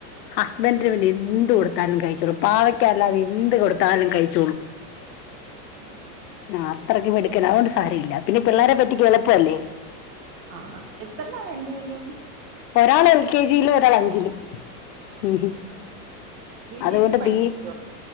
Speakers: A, on the left; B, on the right.
A: ഹസ്ബൻഡ്ന് വേണ്ടി എന്ത് കൊടുത്താലും കഴിച്ചോളും പാവയ്ക്ക അല്ലാതെ എന്ത് കൊടുത്താലും കഴിച്ചോളും
B: ആണോ
A: ആഹ് അത്രയ്ക്കും മിട്ക്കനാ അതുകൊണ്ട് സാര ഇല്ല പിന്നെ പിള്ളാരേ പറ്റിക്കാൻ എള്പ്പ അല്ലേ <unintelligible>
B: ആഹ് എത്രല്ലാ രണ്ടുപേരും
A: ഒരാൾ എൽ കെ ജിയിലും ഒരാൾ അഞ്ചിലും ഉഉം ഹും
B: ആണോ ഓഹ് ഓഹ് വീട്ടിയിരുത്തി
A: അതുകൊണ്ട്
B: പഠിപ്പിക്കോ
A: തീ